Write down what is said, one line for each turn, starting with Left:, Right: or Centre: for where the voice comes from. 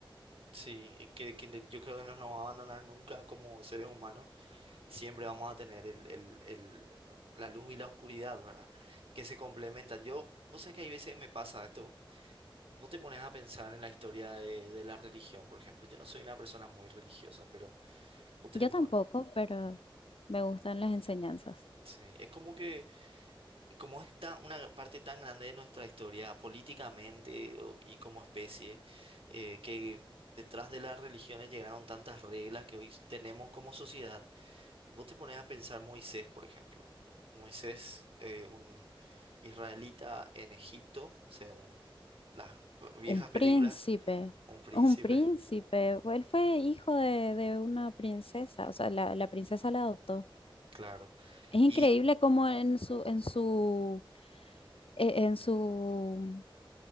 Right: sí, y que, que yo creo que no nos va a abandonar nunca como seres humanos, siempre vamos a tener el, el, el, la luz y la oscuridad, ¿verdad? Que se complementan. Yo, vos sabés que hay veces que me pasa esto, vos te pones a pensar en la historia de, de la religión, por ejemplo, yo no soy una persona muy religiosa, pero vos tenés,
Left: Yo tampoco, pero me gustan las enseñanzas.
Right: sí, es como que como es tan- una parte tan grande de nuestra historia políticamente o- y como especie, eh, que detrás de las religiones llegaron tantas reglas que hoy tenemos como sociedad, vos te pones a pensar Moisés, por ejemplo. Moisés, eh, un israelita en Egipto, según las viejas
Left: Un príncipe,
Right: películas, un príncipe,
Left: un príncipe, él fue hijo de, de una princesa, o sea, la, la princesa la adoptó.
Right: claro.
Left: Es increíble
Right: Y
Left: cómo en su, en su, e- en su